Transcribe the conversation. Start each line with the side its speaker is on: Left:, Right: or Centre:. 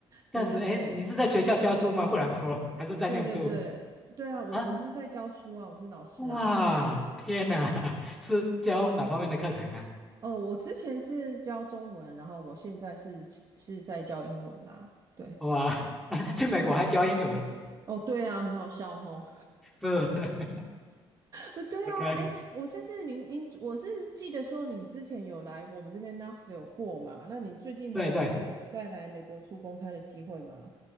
Centre: 这样子，
Right: 对对对
Centre: 哎，你是在学校教书吗？不然怎么还是在念书
Right: 对对对对啊，我我是在教书啊，
Centre: 啊？
Right: 我是老师啊。
Centre: 哇，天哪，<laughs> 是教哪方面的课程啊？
Right: 哦，我之前是教中文，然后我现在是是在教英文啦。对，
Centre: 哇，<laughs> 去美国还教英文，
Right: 哦，对啊，很好笑吼。
Centre: 是 <laughs>
Right: 呃，对啊，
Centre: ，OK，
Right: 诶，我就是您，您，我是记得说你之前有来我们这边 Nashville 过嘛？那你最近还有再再来美国出公差的机会吗？
Centre: 对对，